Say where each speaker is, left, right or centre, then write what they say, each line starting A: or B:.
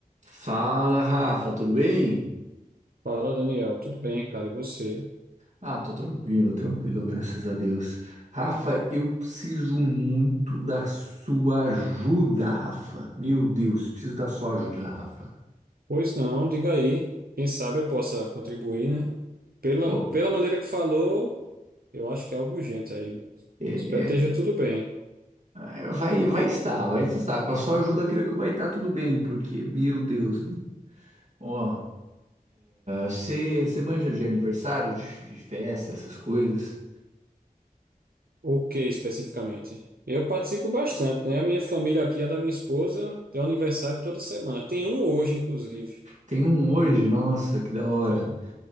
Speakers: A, on the right (about 50°); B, on the right (about 80°).
A: Fala, Rafa, tudo bem?
B: Fala, Daniel. Tudo bem, cara? E você?
A: Ah, tô tranquilo, tranquilo, graças a Deus. Rafa, eu preciso muito da sua ajuda, Rafa. Meu Deus, preciso da sua ajuda, Rafa.
B: Pois não, diga aí. Quem sabe eu possa contribuir, né? Pela,
A: Ó,
B: pela maneira que falou, eu acho que é algo urgente aí.
A: é,
B: Espero
A: é,
B: que esteja tudo bem.
A: é, vai, vai estar, vai estar. Com a sua ajuda, creio que vai estar tudo bem, porque, meu Deus, mano. ó, você manja de aniversário, de, de festa, essas coisas?
B: O que especificamente? Eu participo bastante, né? A minha família aqui, a da minha esposa, tem um aniversário toda semana. Tem um hoje, inclusive.
A: Tem um hoje, nossa, que da hora.
B: Tem.